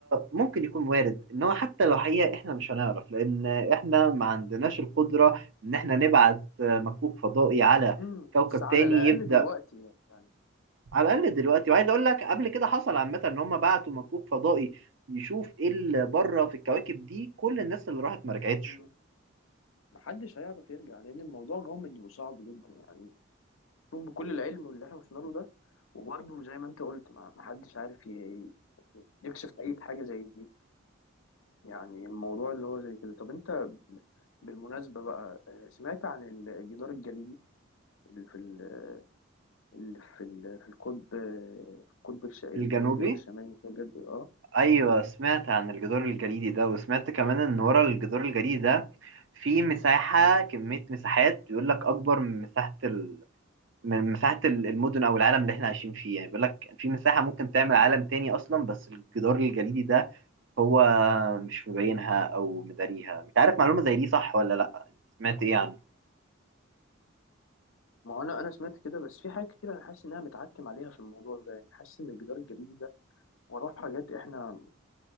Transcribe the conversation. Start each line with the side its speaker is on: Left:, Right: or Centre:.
Right: ممكن يكون وارد إن هو حتى لو حقيقة إحنا مش هنعرف لأن إحنا ما عندناش القدرة إن إحنا نبعت مكوك فضائي على
Left: مم.
Right: كوكب
Left: بس على
Right: تاني
Left: الاقل
Right: يبدأ
Left: دلوقتي يعني
Right: على الأقل دلوقتي وعايز أقول لك قبل كده حصل عامة
Left: مم.
Right: إن هم بعتوا مكوك فضائي يشوف إيه اللي بره في الكواكب دي كل الناس اللي راحت ما رجعتش
Left: مم. محدش هيعرف يرجع لان الموضوع غامض وصعب جدا يعني شوف بكل العلم واللي احنا وصلنا له ده وبرده زي ما انت قلت ما ما حدش عارف ي- يكشف اي حاجه زي دي يعني الموضوع اللي هو زي كده طب انت بالمناسبه بقى آه، سمعت عن الجدار الجليدي اللي في ال- اللي في ال- في القطب آه، في القطب الش- الجنوبي
Right: الجنوبي
Left: او الشمالي مش فاكر بجد. اه
Right: ايوه سمعت عن الجدار الجليدي ده وسمعت كمان ان ورا الجدار الجليدي ده في مساحة
Left: مم.
Right: كمية مساحات بيقول لك اكبر من مساحة ال... من مساحة ال- المدن او العالم اللي احنا عايشين فيه يعني بيقول لك في مساحة ممكن تعمل عالم تاني اصلا بس الجدار الجليدي ده هو مش مبينها
Left: مم.
Right: او مداريها مش عارف معلومة زي دي صح ولا لا سمعت ايه عنه
Left: ما هو انا انا سمعت كده بس في حاجات كتير انا حاسس انها متعتم عليها في الموضوع ده يعني حاسس ان الجدار الجليدي ده وراه حاجات احنا